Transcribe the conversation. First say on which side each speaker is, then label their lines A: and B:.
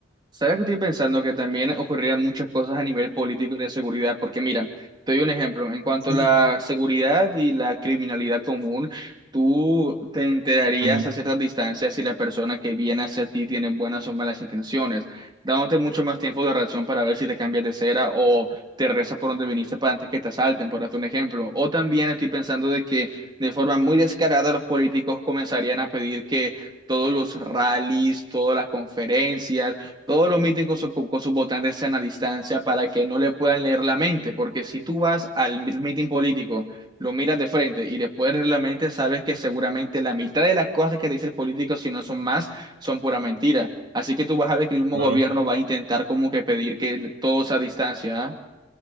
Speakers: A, on the right; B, on the right.
A: ¿Sabes que estoy pensando? Que también ocurrirían muchas cosas a nivel político y de seguridad, porque mira, te doy un ejemplo, en cuanto
B: <laughs>
A: a la seguridad y la criminalidad común, tú te enterarías
B: Ujú,
A: a ciertas distancias si la persona que viene hacia ti tiene buenas o malas intenciones, dándote mucho más tiempo de reacción para ver si te cambias de cera o te reza por donde viniste para antes que te asalten, por darte un ejemplo. O también estoy pensando de que de forma muy descarada los políticos comenzarían a pedir que... todos los rallies, todas las conferencias, todos los miten con, su- con sus votantes sean a distancia para que no le puedan leer la mente, porque si tú vas al mitin político, lo miras de frente y le puedes leer la mente, sabes que seguramente la mitad de las cosas que te dice el político, si no son más, son pura mentira. Así que tú vas a ver que el mismo
B: Claro.
A: gobierno va a intentar como que pedir que todo sea a distancia. ¿ah?